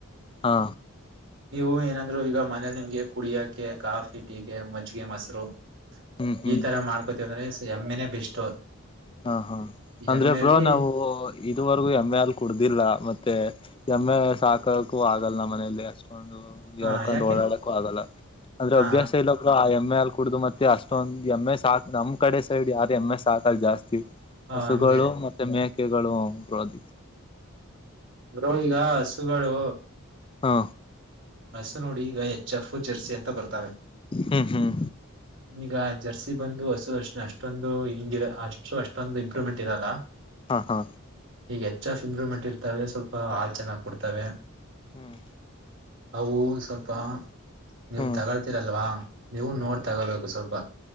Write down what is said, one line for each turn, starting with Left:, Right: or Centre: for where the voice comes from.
Left: ಹಾ..
Right: ನೀವು ಏನಂದ್ರು ಈಗ ಮನೇಲಿ ನಿಮ್ಗೆ ಕುಡಿಯಕೆ ಕಾಫಿ.. ಹಿಗೆ ಮಜ್ಜಿಗೆ ಮೊಸರು
Left: ಹ್ಮ್ ಹ್ಮ್
Right: ಈ ತರ ಮಾಡ್ಕೋತಿವ ಅಂದ್ರೆ ಎಮ್ಮೆನೆ ಬೆಸ್ಟ್
Left: ಹಾ ಹಾ ಅಂದ್ರೆ
Right: ಎಮ್ಮೆಲಿ
Left: ಬ್ರೋ ನಾವು ಇದುವರೆಗೂ ಎಮ್ಮೆ ಹಾಲ್ ಕುಡುದಿಲ್ಲ ಮತ್ತೆ ಎಮ್ಮೆ ಸಾಕಕು ಆಗಲ್ಲ ನಮ್ ಮನೇಲಿ ಅಷ್ಟೊಂದು
Right: ಹ
Left: ಹೇಳ್ಕೊಂಡು
Right: ಯಾಕೆ
Left: ಓಡಾಡಕ್ಕೂ ಆಗಲ್ಲ ಅದ್ರ
Right: ಹಾ
Left: ಅಭ್ಯಾಸನೆ ಇಲ್ಲ ಆ ಎಮ್ಮೆ ಹಾಲ್ ಕುಡ್ದು ಮತ್ತೆ ಅಷ್ಟೊಂದು ಎಮ್ಮೆ ಸಾಕ್ ನಮ್ ಕಡೆ ಸೈಡ್ ಯಾರು ಎಮ್ಮೆ ಸಾಕಲ್ ಜಾಸ್ತಿ
Right: ಹ
Left: ಹಸುಗಳು
Right: ಹಂಗೆ
Left: ಮತ್ತೆ ಮೇಕೆಗಳು ಬ್ರೋ ದಿ
Right: ಬ್ರೋ ಈಗ ಹಸುಗಳು
Left: ಹಾ
Right: ಹಸು ನೋಡಿ ಈಗ ಎಚ್ ಎಫ್ ಜರ್ಸಿ ಅಂತ ಬರ್ತಾವೆ
Left: ಹ್ಮ್ ಹ್ಮ್
Right: ಈಗ ಜರ್ಸಿ ಬಂದು ಹಸು ಅಷ್ಟೊಂದು ಹಿಂಗಿರ ಅಷ್ಟು ಅಷ್ಟೊಂದು ಇಂಪ್ರೂವ್ ಮೆಂಟ್ ಇರಲ್ಲ
Left: ಹಾ ಹಾ
Right: ಈಗ ಹೆಚ್ ಆಫ್ ಇಂಪ್ರೂವ್ ಮೆಂಟ್ ಇರ್ತವೆ ಸ್ವಲ್ಪ ಹಾಲು ಚೆನ್ನಾಗ್ ಕೊಡ್ತವೆ
Left: ಹ್ಮ್
Right: ಅವು ಸ್ವಲ್ಪ ನೀವು
Left: ಹ್ಮ್
Right: ತಗೊಳ್ತೀರಲ್ವಾ ನೀವು ನೋಡ್ ತಗೋಳ್ಬೇಕು ಸ್ವಲ್ಪ